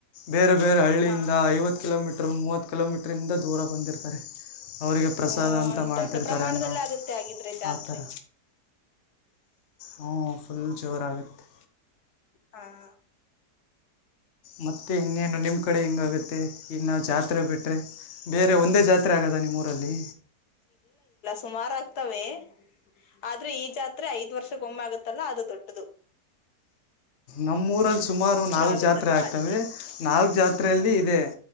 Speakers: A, on the left; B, on the left.
A: ಬೇರೆ ಬೇರೆ ಹಳ್ಳಿಯಿಂದ
B: ಹಾ
A: ಐವತ್ತು ಕಿಲೋಮೀಟರು ಮೂವತ್ತು ಕಿಲೋಮೀಟ್ರಂದ ದೂರ ಬಂದಿರ್ತಾರೆ ಅವರಿಗೆ
B: ಹ್ಮ
A: ಪ್ರಸಾದ ಅಂತ ಮಾಡ್ತಿರ್ತಾರೆ
B: ದೊಡ್ಡ ಪ್ರಮಾಣದಲ್ಲಿ
A: ಅನ್ನ
B: ಆಗುತ್ತೆ ಆಗಿದ್ರೆ ಜಾತ್ರೆ
A: ಆ ಥರ ಹ್ ಫುಲ್ ಜೋರಾಗುತ್ತೆ
B: ಹಾ ಹ
A: ಮತ್ತೆ ಇನ್ನೇನು ನಿಮ್ಮ ಕಡೆ ಹೆಂಗಾಗುತ್ತೆ ಇನ್ನು ಜಾತ್ರೆ ಬಿಟ್ಟರೆ ಬೇರೆ ಒಂದೇ ಜಾತ್ರೆ ಆಗದ ನಿಮ್ಮೂಊರಲ್ಲಿ
B: ಸುಮಾರು ಆಗ್ತವೆ ಎನು ಇಲ್ಲ ಆದ್ರೆ ಈ ಜಾತ್ರೆ ಐದ್ ವರ್ಷಕ್ಕೊಮ್ಮೆ ಆಗತ್ತಲ್ಲ ಅದು ದೊಡ್ಡ ಅದು
A: ನಮ್ಮ್ ಊರಲ್ಲಿ ಸುಮಾರು ನಾಲ್ಕು
B: ಆಗುತ್ತಲ್ವಾ
A: ಜಾತಿ ರೆ ಆತವೆ
B: ಅದಕ್ಕೆ
A: ನಾಲ್ಕು ಜಾತ್ರೆಯಲ್ಲಿ
B: ಹ್ಮ್
A: ಇದೆ